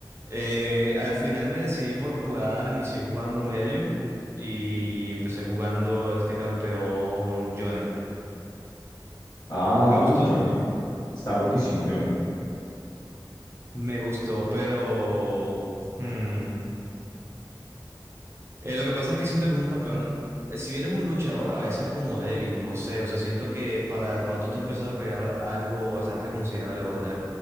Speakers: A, on the right; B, on the left.
A: Eh, al final me decidí por jugar, inicié jugando medio y empecé jugando este campeón Yone.
B: Ah,
A: Me gustó,
B: uy, Johnny. Está rotísimo, Johnny.
A: me gustó, pero hmm, eh, lo que pasa es que siento que es un campeón, eh, si bien es un luchador, a veces como débil, no sé, o sea, siento que para de pronto tú empezar a pegar algo bastante considerable o a tener